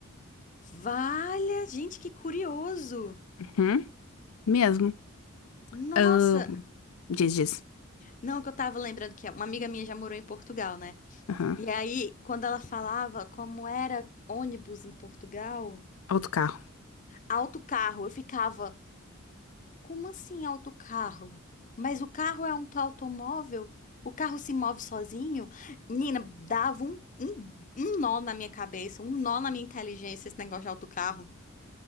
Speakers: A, on the left; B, on the left.
A: Valha, gente, que curioso.
B: Uhum, mesmo.
A: Nossa,
B: Ah, diz, diz.
A: não, que eu tava lembrando que uma amiga minha já morou em Portugal, né?
B: Aham,
A: E aí, quando ela falava como era ônibus em Portugal,
B: Autocarro.
A: autocarro, eu ficava, como assim autocarro? Mas o carro é um automóvel? O carro se move sozinho? Nina, dava um, um, um nó na minha cabeça, um nó na minha inteligência esse negócio de autocarro.